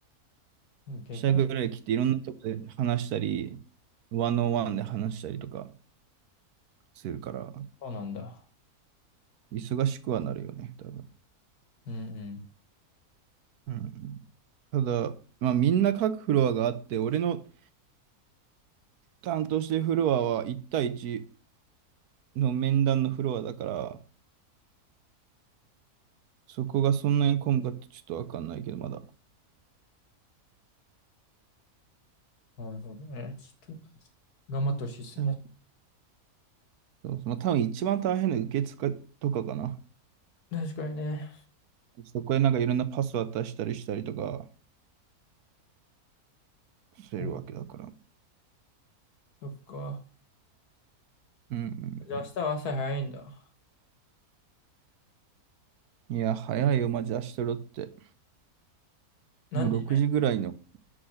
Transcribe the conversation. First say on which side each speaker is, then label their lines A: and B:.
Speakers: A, on the left (about 85°); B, on the right (about 80°).
A: うん、でかい。
B: 社ぐらい来ていろんなとこで話したり、ワンオンワンで話したりとかするから。
A: そうなんだ。
B: 忙しくはなるよね、多分。
A: うんうん。
B: うん。ただ、まあ、みんな各フロアがあって、俺の担当してるフロアは1対1の面談のフロアだから、そこがそんなに混むかってちょっとわかんないけど、まだ。
A: なるほどね。ちょっと、頑張ってほしいですね。
B: 多分、そうまあ、多分一番大変な受付とかかな。
A: 確かにね。
B: そこへなんかいろんなパス渡したりしたりとかするわけだから。
A: うんそっか。
B: うんうんう
A: じゃあ明日は朝早いんだ。
B: ん。いや、早いよ、マジ明日ロって。
A: 何時
B: もう6時ぐらいの。